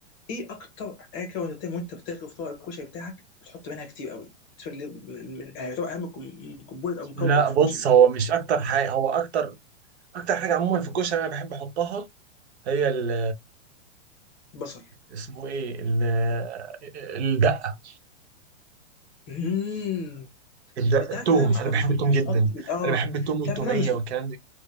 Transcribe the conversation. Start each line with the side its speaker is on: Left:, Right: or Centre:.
Left: ايه اكتر حاجه وانت بتعمل وانت بتغرف في طبق الكشري بتاعك بتحط منها كتير قوي بالنسبة لي من آه، يعتبر اهم كم- كومبوننت او مكون
Right: لا
Left: في
Right: بص
Left: الكشري
Right: هو مش اكتر حاجه هو اكتر اكتر حاجه عموما في الكشري انا بحب احطها هي ال
Left: بصل
Right: اسمه ايه ال الدقه
Left: امم
Right: الدقه
Left: انت عارف
Right: التوم
Left: إن انا مش
Right: انا
Left: مش
Right: بحب
Left: مش
Right: التوم جدا
Left: بحط اه
Right: انا بحب التوم
Left: انت
Right: والتوميه
Left: عارف إن انا مش
Right: والكلام